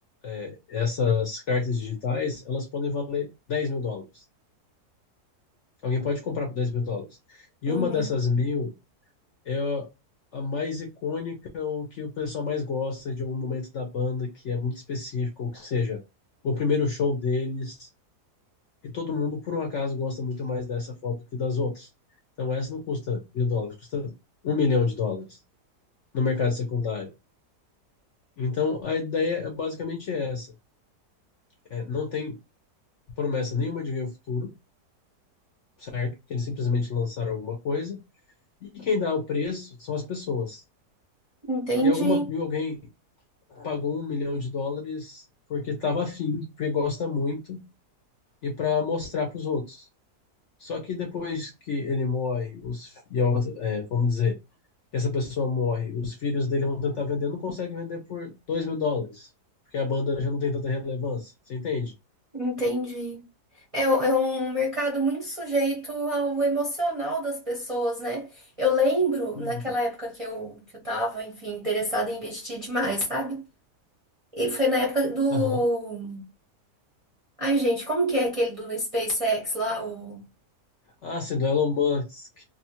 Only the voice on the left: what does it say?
é, essas cartas digitais, elas podem valer dez mil dólares. Alguém pode comprar por dez mil dólares. E
uma dessas mil é a a mais icônica, ou que o pessoal mais gosta de algum momento da banda que é muito específico, ou que seja, o primeiro show deles, e todo mundo, por um acaso, gosta muito mais dessa foto que das outras. Então, essa não custa mil dólares, custa um milhão de dólares no mercado secundário. Então, a ideia é basicamente essa: É, não tem promessa nenhuma de ganho futuro, porque eles simplesmente lançaram alguma coisa, e quem dá o preço são as pessoas.
E, alguma, e alguém pagou um milhão de dólares porque estava afim, porque gosta muito, e para mostrar para os outros. Só que depois que ele morre, os, e a outra, é, vamos dizer, essa pessoa morre, os filhos dele vão tentar vender, não conseguem vender por dois mil dólares, porque a banda já não tem tanta relevância, você entende?
Uhum.
Aham.
Ah, sim, do Elon Musk